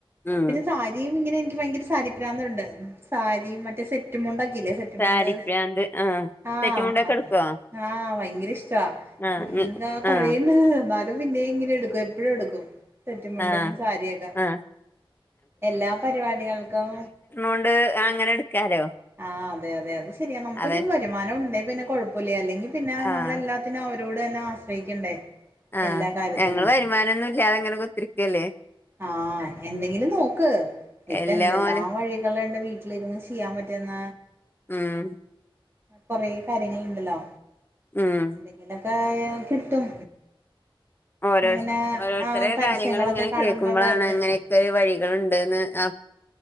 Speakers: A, on the left; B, on the right.
A: ഉം
B: പിന്നെ സാരിയും ഇങ്ങനെ എനിക്ക് ഭയങ്കര ഇഷ് സാരി ഭ്രാന്തുണ്ട് സാരി മറ്റേ സെറ്റു മുണ്ടക്കില്ലേ സെറ്റ് സെറ്റുമുണ്ട്
A: സാരിപ്രാന്ത് ആഹ്
B: ആ
A: സെറ്റ് മുണ്ടൊക്കെ
B: അത്
A: എടുക്കോ
B: ആ ഭയങ്കര ഇഷ്ടാ
A: ആഹ്
B: ഉം
A: ഇ
B: താ കൊറേണ്ട്
A: ആഹ്
B: എന്നാലും പിന്നെ ഇങ്ങനെ എടുക്കും എപ്പഴും എടുക്കും സെറ്റുമുണ്ടും
A: ആഹ്
B: സാരിയൊക്കെ
A: ആഹ്
B: എല്ലാ പരിപാടികൾക്കും
A: ണ്ട് അങ്ങനെ എടുക്കാലോ
B: ആഹ് അതെ അതെ അത് ശരിയ നമുക്കൊരു
A: അതെ
B: വരുമാനം ഉണ്ടേ പിന്നെ കൊഴപ്പുല്ല അല്ലെങ്കി പിന്നെ
A: ആഹ്
B: നമ്മളെല്ലാ പിന്നെ അവരോടന്നെ ആശ്രയിക്കണ്ടേ
A: ആഹ്
B: എല്ലാ കാര്യത്തിനും
A: ഞങ്ങൾ വരുമാനൊന്നും ഇല്ലാതെങ്ങനെ കുത്തിരിക്കല്ലേ
B: ആഹ് എന്തെങ്കിലും നോക്ക് ഇപ്പ
A: എല്ലാം
B: എന്തെല്ലാം
A: ഓലെ
B: വഴികളുണ്ട് വീ ഇരുന്ന് ചെയ്യാ പറ്റന്ന
A: ഉം..
B: കൊറെ കാര്യങ്ങള്ണ്ടല്ലോ
A: ഉമ്
B: ഇങ്ങനെക്കായ കിട്ടും
A: ഓരോ
B: അങ്ങനെ
A: ഓരോത്തരെ
B: ആഹ് പരസ്യങ്ങളൊക്കെ
A: കാര്യങ്ങൾ ഇങ്ങനെ
B: കാണുമ്പോ
A: കേൾക്കുമ്പളാണ്
B: വെറുതെ
A: അങ്ങനെക്കെരു വഴികളുണ്ട്ന്ന് ആ